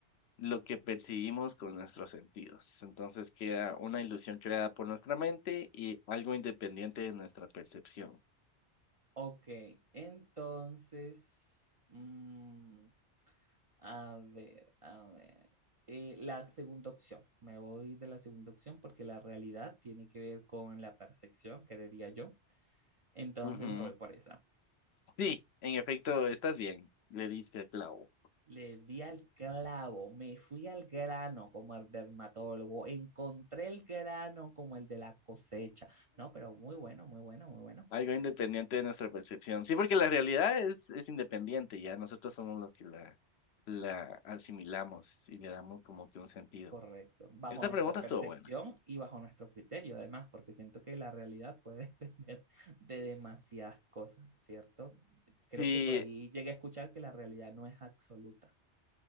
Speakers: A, on the left; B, on the right.
A: lo que percibimos con nuestros sentidos. Entonces queda una ilusión creada por nuestra mente y algo independiente de nuestra percepción.
B: Ok, entonces, mm, A ver, a ver. Eh, la segunda opción. Me voy de la segunda opción porque la realidad tiene que ver con la percepción, creería yo. Entonces
A: Ujú.
B: me voy por esa.
A: Sí, en efecto, estás bien, le diste al clavo.
B: Le di al clavo, me fui al grano como el dermatólogo, encontré el grano como el de la cosecha. No, pero muy bueno, muy bueno, muy bueno.
A: Algo independiente de nuestra percepción. Sí, porque la realidad es, es independiente, ya nosotros somos los que la, la asimilamos y le damos como que un sentido.
B: Correcto, bajo
A: Esa
B: nuestra
A: pregunta
B: percepción
A: estuvo buena.
B: y bajo nuestro criterio, además, porque siento que la realidad puede <laughs> depender de demasiadas cosas, ¿cierto? Creo
A: Sí,
B: que por ahí llegué a escuchar que la realidad no es absoluta.